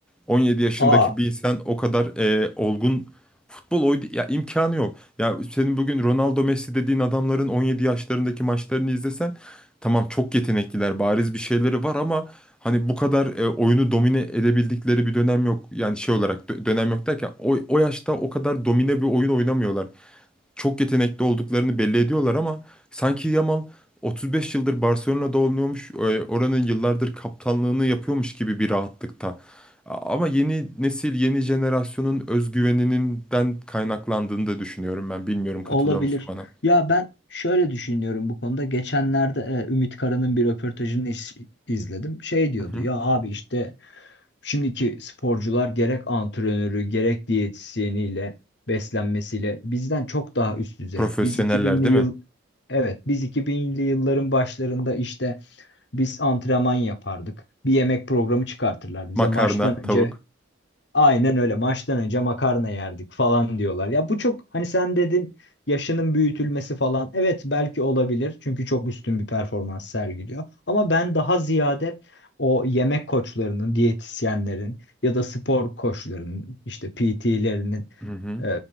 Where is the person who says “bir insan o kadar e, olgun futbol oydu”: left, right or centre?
Centre